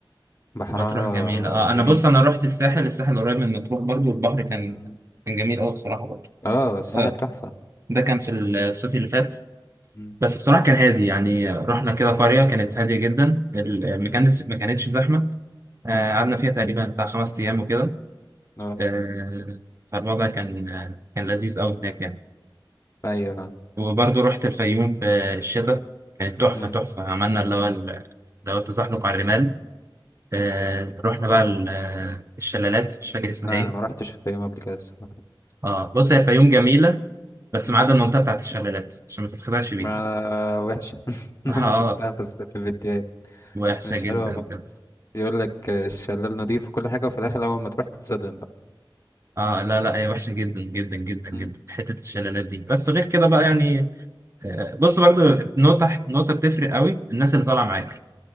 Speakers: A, on the left; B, on the right.
A: بحرها
B: مطروح جميلة اه
A: جميل
B: انا بص انا رحت الساحل الساحل قريب من مطروح برضو والبحر كان
A: مم.
B: كان جميل قوي بصراحة برضو
A: اه الساحل
B: آه.
A: تحفة
B: ده كان في الصيف اللي فات
A: مم.
B: بس بصراحة كان هادي يعني رحنا كده
A: مم.
B: قرية كانت هادية جدا ال-
A: مم.
B: ما كانتش ما كانتش زحمة آه،
A: مم.
B: قعدنا فيها تقريبا بتاع خمس أيام وكده
A: اه
B: آه، فالوضع كان كان لذيذ قوي هناك يعني
A: ايوه فاهم.
B: وبرضو رحت الفيوم في الشتاء كانت تحفة
A: مم.
B: تحفة عملنا اللي هو ال- اللي هو التزحلق على الرمال آه، رحنا بقى
A: مم.
B: ال- الشلالات مش فاكر اسمها
A: لا
B: إيه.
A: انا ما رحتش في يوم قبل كده الصراحة
B: اه بص هي الفيوم جميلة بس
A: مم.
B: ما عدا المنطقة بتاعت الشلالات عشان ما تتخدعش بيها
A: ما وحشة <laughs> انا
B: <laughs> اه
A: شفتها
B: آه،
A: في الس- في الفيديوهات
B: وحشة
A: مش
B: جدا
A: حلوة خالص
B: جدا
A: يقول لك الشلال نضيف وكل حاجة وفي الاخر اول ما تروح تتصدم بقى
B: اه لا لا هي وحشة جدا جدا جدا جدا
A: مم.
B: حتة الشلالات دي بس غير كده بقى يعني آه، بص برضو
A: مم.
B: نقطة نقطة بتفرق قوي الناس اللي طالعة معاك
A: مم.